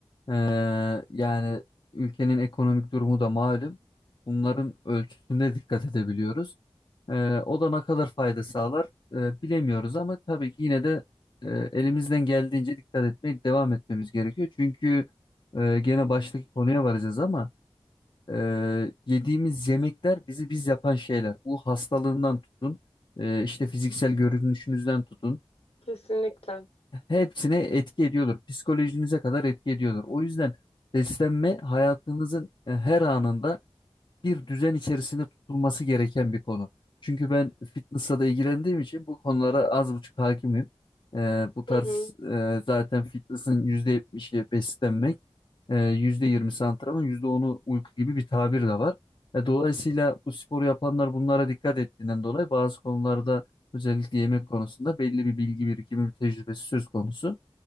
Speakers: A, on the left (about 50°); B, on the left (about 80°).
A: eee, yani ülkenin ekonomik durumu da malum. Bunların ölçüsüne dikkat edebiliyoruz. Eee, o da ne kadar fayda sağlar eee, bilemiyoruz ama tabii ki yine de eee, elimizden geldiğince dikkat etmeye devam etmemiz gerekiyor. Çünkü eee, gene baştaki konuya varacağız ama eee, yediğimiz yemekler bizi biz yapan şeyler. Bu hastalığından tutun, eee, işte fiziksel görünüşünüzden tutun
B: Kesinlikle.
A: hepsine etki ediyordur. Psikolojinize kadar etki ediyordur. O yüzden beslenme hayatınızın e, her anında bir düzen içerisinde tutulması gereken bir konu. Çünkü ben fitness'la da ilgilendiğim için bu konulara az buçuk hakimim. Ee, bu tarz
B: Hı hı.
A: e, zaten fitness'ın %70'i beslenmek, e, %20'si antrenman, yüzde onu uyku gibi bir tabir de var. E, dolayısıyla bu sporu yapanlar bunlara dikkat ettiğinden dolayı bazı konularda özellikle yemek konusunda belli bir bilgi birikimi, bir tecrübesi söz konusu.